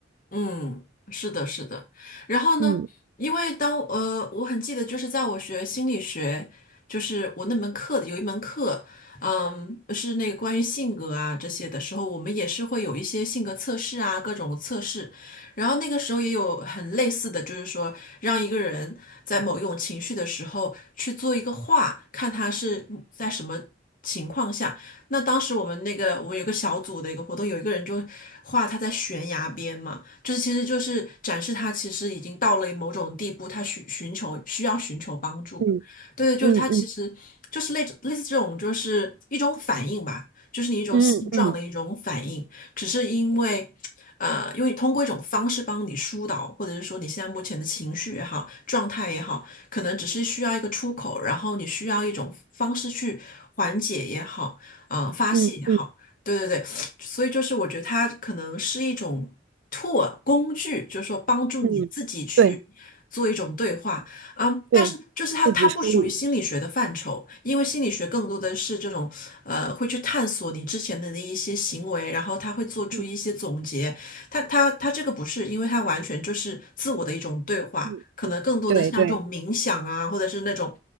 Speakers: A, on the left (about 45°); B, on the right (about 70°).
A: 嗯，是的，是的。然后呢，
B: 嗯
A: 因为当呃，我很记得，就是在我学心理学，就是我那门课的有一门课，嗯，是那个关于性格啊这些的时候，我们也是会有一些性格测试啊，各种测试。然后那个时候也有很类似的，就是说让一个人在某一种情绪的时候去做一个画，看他是在什么情况下。那当时我们那个我们有个小组的一个活动，有一个人就画他在悬崖边嘛。就是其实就是展示他其实已经到了某种地步，他寻寻求需要寻求帮助。
B: 嗯
A: 对，对，就是他其实就是类类似这种，
B: 嗯嗯
A: 就是一种反应吧，就是你一种现状的一种反应，
B: 嗯嗯
A: 只是因为。呃，因为通过一种方式帮你疏导，或者是说你现在目前的情绪也好，状态也好，可能只是需要一个出口，然后你需要一种方式去缓解也好，呃，发泄也好，
B: 嗯嗯
A: 对对对，所以就是我觉得它可能是一种 tool 工具，就是说帮助你自己去做一种对话，
B: 嗯，对
A: 嗯，
B: 对，
A: 但是就是它它不属于心理学的范畴，
B: 自己梳理，
A: 因为心理学更多的是这种呃会去探索你之前的那一些行为，然后他会做出一些总结，
B: 嗯
A: 它它它这个不是，因为它完全就是自我的一种对话，
B: 嗯嗯，
A: 可能更多的像这种冥想啊，
B: 对对。
A: 或者是那种，